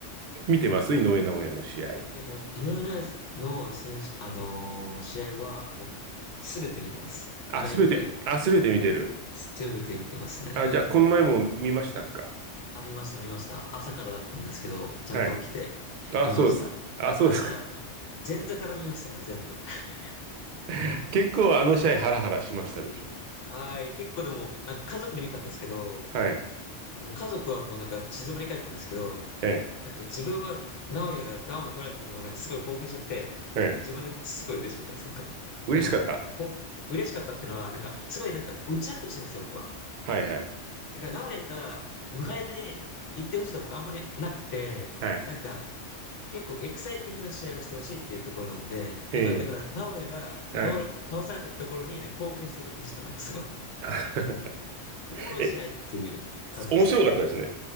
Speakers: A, on the right; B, on the left.
A: 見てます井上尚弥の試合。
B: いやもう、井上尚弥の選手、あのー試合はもう、すべて見てます。
A: あ、
B: ライブで。
A: すべて、あ、すべて見てる。
B: すべて見てますね。
A: あ、じゃあ、この前も見ましたか。
B: あ、見ました、見ました。朝からだったんですけど、ちゃんと起きて、
A: はい。あ、
B: 見ました。
A: そうです。あ、そうですか。
B: なんなら、あの、前座から見ましたから、全部。<laughs>
A: <laughs> 結構あの試合ハラハラしましたでしょ。
B: はい。結構でも、なんか家族に見たんですけど、
A: はい。
B: あの、家族はもうなんか静まり返ってたんですけど、
A: ええ、
B: なんか自分は、直哉がダウンを取られた時もなんかすごい興奮しちゃって、
A: ええ。
B: 自分だけすごい嬉しかったです。なんか、
A: 嬉しかった。
B: うん。こう嬉しかったってのは、なんか、すごいなんか、打ち合ってほしいんですよ、僕は。
A: はいはい。
B: なんか、直哉が、迎えで行ってほしいのは僕あんまりなくて、
A: はい。
B: なんか、結構エキサイティングな試合をしてほしいっていうところなんで、
A: え
B: なんか、だから、直哉が倒れ、
A: え、はい。
B: 倒されたところに、ね、興奮してました。なんかすごい。
A: <laughs>
B: おもろい試合っていう感じでした。
A: え、面白かったですね。